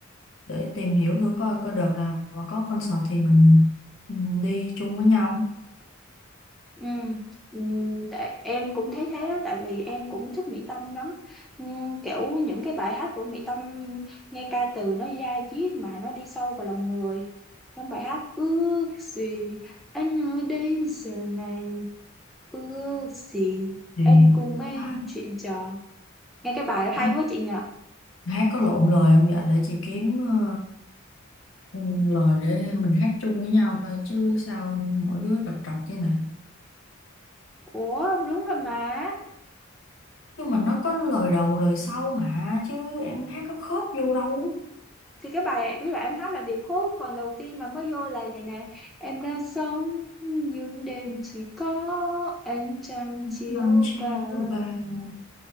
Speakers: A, on the left; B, in the centre.
A: để tìm hiểu thử coi coi đợt nào mà có concert thì mình ừ, đi chung với nhau
B: Ừm, ừm, tại em cũng thấy thế á, tại vì em cũng thích Mỹ Tâm lắm Ừm, kiểu những cái bài hát của Mỹ Tâm nghe ca từ nó da diết mà nó đi sâu vào lòng người trong bài hát ước gì anh ở đây giờ này ước gì
A: thì
B: anh cùng em
A: đó,
B: chuyện trò nghe cái bài hay
A: hát,
B: quá chị nhỉ
A: hát có lộn lời không vậy để chị kiếm ờ, ừ, lời để mình hát chung với nhau coi chứ sao mỗi đứa trật trật chứ nè
B: ủa đúng rồi mà
A: nhưng mà nó có lời đầu lời sau mà chứ em hát có khớp vô đâu
B: thì cái bài đứa là em hát là điệp khúc còn đầu tiên mà mới vô là vậy nè em đã sống những đêm chỉ có ánh trăng chiếu
A: Nắng chiều
B: vào
A: vàng